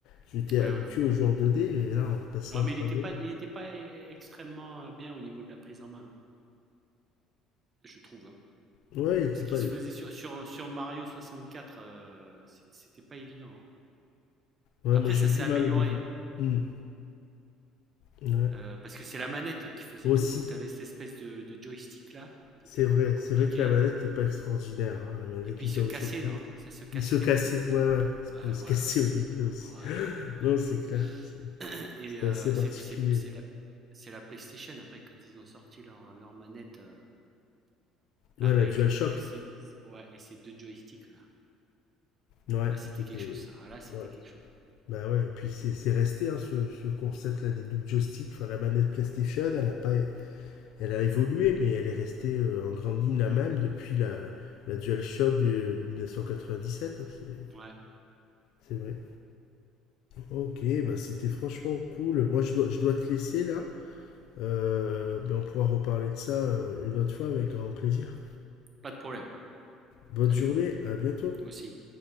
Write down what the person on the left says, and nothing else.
J'étais
habitué
au genre 2D, et là, on passait
en
3D.
Ouais, c'était
pas...
ouais
moi j'ai
eu
du
mal au début.
Hmm, ouais.
Aussi,
c'est
vrai,
c'est vrai que la manette n'est pas extraordinaire, hein, la manette
Nintendo
64.
Il se cassait,
ouais,
ouais. Il
pouvait se
<laughs> casser
au milieu aussi.
<gasps> <laughs>
Non, c'est clair. C'est-
C'était
assez
particulier.
Ouais,
la DualShock.
Ouais,
qui était.
Ouais.
Bah ouais, et puis c'est c'est resté hein, ce, ce concept-là des double joysticks. Enfin, la manette PlayStation, elle a pas, elle a évolué, mais elle est restée euh, en grande ligne la même depuis la, la DualShock de, de 1997. hein, c'est
c'est vrai. Ok, bah c'était franchement cool. Moi, je dois, je dois te laisser là. Euh, mais on pourra reparler de ça euh, une autre fois avec grand plaisir.
Bonne
journée, à bientôt.